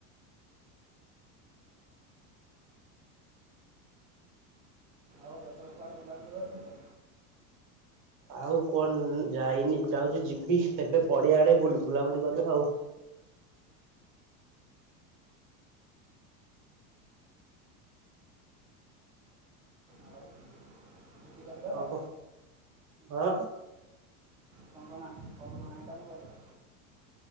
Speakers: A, on the right; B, on the right.
A: ଆଉ ରଜକୁ କୁଆଡେ ବୁଲାବୁଲି କରିଥିଲୁ?
B: ଆଉ କଣ ଯାଇନି ଯାଉଚି ଯିବି ଏବେ ପଡିଆ ଆଡେ ବୁଲୁ ବୁଲାବୁଲି କରିବା ଆଉ।
A: ଆଉ ଭୋଜି କରିବା
B: ଆଉ
A: ତ
B: କଃ ହଁ।
A: କଣ କଣ ଆ କଣ କଣ ଆଇଟମ କରିବା?